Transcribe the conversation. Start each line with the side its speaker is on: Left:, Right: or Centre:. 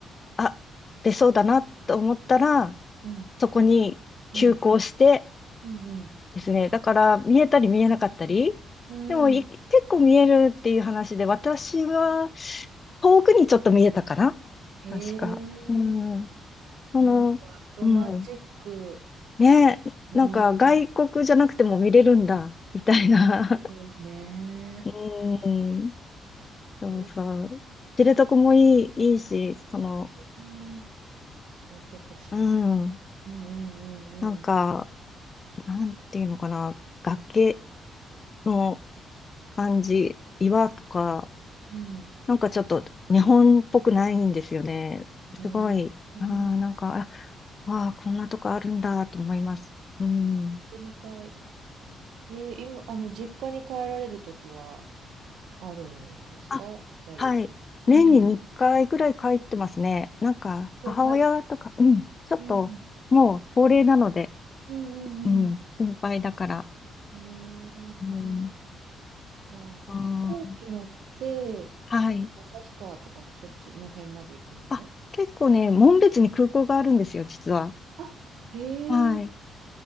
Left: あ、出そうだなと思ったら、
Right: うん、
Left: そこに急行して
Right: うん、うん、う
Left: ですね。だから見えたり見えなかったり。
Right: ん。
Left: でもい、
Right: うん。
Left: 結構見えるっていう話で、私は遠くにちょっと見えたかな
Right: へえ、
Left: 確か。うん。その、
Right: なんか、ロマンチック。
Left: うん。ねなんか外国じゃなくても見れるんだ、
Right: うん
Left: みたいな。
Right: そうね。
Left: <laughs> うん。そうそう。
Right: へえ、
Left: 知床もいい、いいし、その、
Right: うん、知床、知床。
Left: うん。
Right: うん、う
Left: なんか、
Right: ん、うん、
Left: なんていうのかな。崖、の感じ、岩とか、
Right: うん。うん
Left: なんかちょっと日本っぽくないんですよね。
Right: ねえ、
Left: すごい、
Right: ねえー行っ
Left: ああ、なんか、あ、わあ、こんなとこあるんだと思います。うん。
Right: てみたい。えー今、あの、実家に帰られるときはあるんですかやっぱり。
Left: あ、はい。
Right: うん。
Left: 年に2回ぐらい帰ってますね。なんか、
Right: こう帰って、
Left: 母親とか、うん、ちょっと、
Right: うん。
Left: もう高齢なので、
Right: うんうん
Left: うん、心配だから。
Right: うん。えー、
Left: うん、
Right: か、
Left: あ
Right: え、飛行機乗って、
Left: ー、はい。
Right: どっか旭川とかそっちの辺まで行くの
Left: あ、結構ね、紋別に空港があるんですよ、実は。
Right: あ、へえ、
Left: はい。